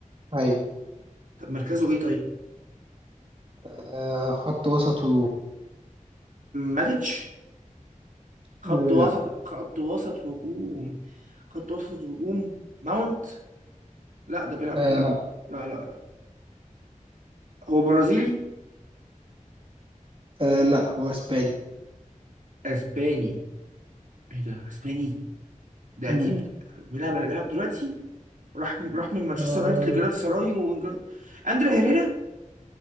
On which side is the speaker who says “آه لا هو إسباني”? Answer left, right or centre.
Right